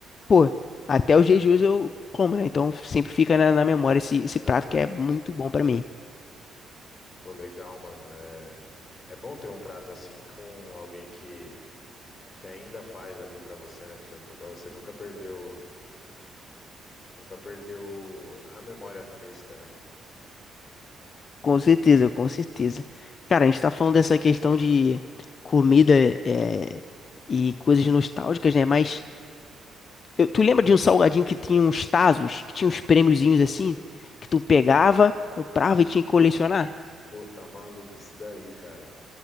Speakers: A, on the left; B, on the left.
A: pô, até os jejuns eu como, né? Então sempre fica na, na memória esse, esse prato
B: Aham.
A: que é muito bom pra mim.
B: Pô, legal, mano. É, é bom ter um prato assim com alguém que, que ainda faz ali pra você, né? Pra você pra você nunca perdeu, nunca perdeu a memória fresca, né?
A: Com certeza, com certeza. Cara, a gente tá falando dessa questão de comida é, e coisas nostálgicas, né? Mas eu- tu lembra de um salgadinho que tinha uns tazos, que tinha uns prêmiozinhos assim, que tu
B: Certo.
A: pegava, comprava e tinha que colecionar?
B: Pô, tá maluco isso daí, cara.